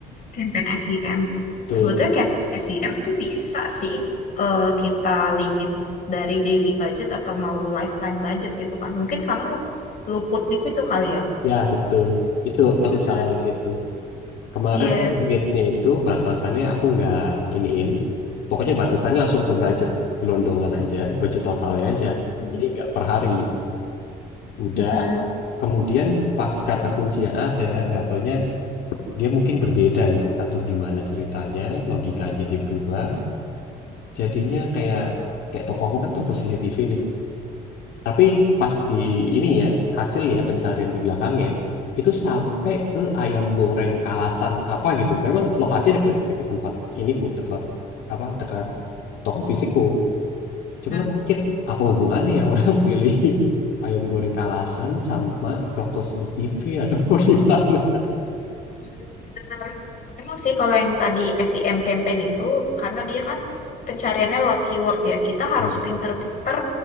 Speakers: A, on the left; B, on the left.
A: campaign SEM.
B: betul.
A: Sebetulnya campaign SEM tuh bisa sih eh, kita limit dari daily budget atau mau lifetime budget gitu kan. Mungkin kamu luput di situ kali ya.
B: Ya, betul. Itu aku
A: Mm-mm.
B: salah di situ. Kemarin
A: Iya.
B: limitnya itu batasannya aku nggak iniin. Pokoknya batasannya langsung ke budget gelondongan aja, budget totalnya aja.
A: Mm.
B: Jadi nggak per hari. Udah,
A: Mm-mm.
B: kemudian pas kata kunci yang ada, nggak taunya dia mungkin berbeda ya, atau gimana ceritanya, logikanya dia berubah. Jadinya kayak kayak toko aku kan toko CCTV nih. Tapi pas di ini ya, hasilnya pencarian di belakangnya itu sampai ke ayam goreng Kalasan apa gitu. Memang lokasinya deket deket tempat iniku, dekat apa dekat toko fisikku. Cuman
A: Mm.
B: aku pikir apa hubungannya ya orang <laughs> pilih ayam goreng Kalasan sama toko CCTV atau <laughs> gimana?
A: Mm-mm. Benar. Emang sih kalau yang tadi SEM campaign itu karena dia kan pencariannya lewat keyword ya. Kita harus
B: Ya,
A: pinter-pinter